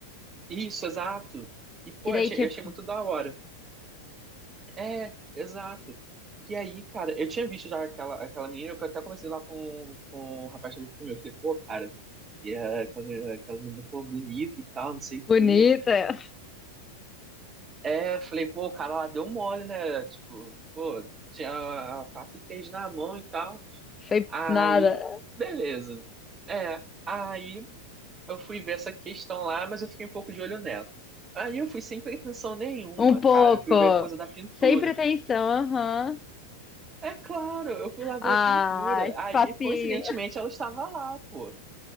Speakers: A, on the right (about 25°); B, on the left (about 20°).
A: Isso, exato. E, pô,
B: Que daí,
A: eu achei,
B: tipo,
A: eu achei muito da hora. É, exato. E aí, cara, eu tinha visto já aquela, aquela menina, eu até conversei lá com, com o rapaz que tava junto comigo. Eu falei, pô, cara, e, é, aquela, aquela menina, pô, bonita e tal, não sei o
B: bonita.
A: quê. É, eu falei, pô, o cara lá deu mole, né? Tipo, pô, tinha a faca e o queijo na mão e tal.
B: Sem
A: Aí,
B: nada.
A: beleza. É, aí eu fui ver essa questão lá, mas eu fiquei um pouco de olho nela. Aí eu fui sem pretensão nenhuma,
B: Um pouco.
A: cara. Eu fui ver coisa da pintura.
B: Sem pretensão, aham.
A: É claro, eu fui lá ver
B: Ah,
A: a pintura.
B: esse
A: Aí,
B: papinho.
A: coincidentemente, ela estava lá, pô.